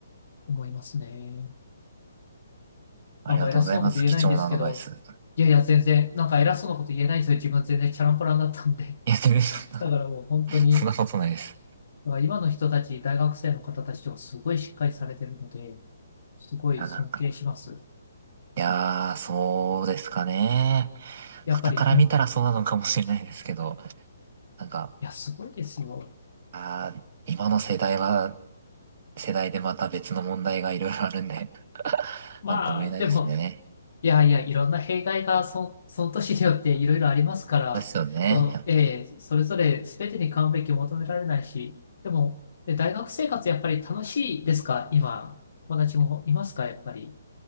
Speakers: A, on the left; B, on the right.
A: 思いますね。
B: ありがとうございます。
A: あ、まあ偉そうなこと言えないんですけど、
B: 貴重なアドバイス。
A: いやいや全然、なんか偉そうなこと言えないんですよ。自分全然チャランポランだったんで。
B: いや、全然そんな、
A: だからもう本当に、
B: そんなことないです。
A: だから今の人たち、大学生の方たちとかすごいしっかりされてるので、すごい尊敬します。
B: いや、なんかいやー、そうですかね。
A: やっぱり、
B: 傍から見たらそうなのかもしれないですけど、
A: うん。
B: なんか、
A: いや、すごいですよ。
B: あー、今の世代は、世代でまた別の問題がいろいろあるんで、<laughs>
A: まあ、
B: なんとも言えないですね。
A: でも、いやいや、いろんな弊害がそ、その年によっていろいろありますから、
B: そうですよね、
A: そう、
B: やっぱり。
A: ええそれぞれ全てに完璧を求められないし、でも、え大学生活やっぱり楽しいですか今、友達もいますかやっぱり。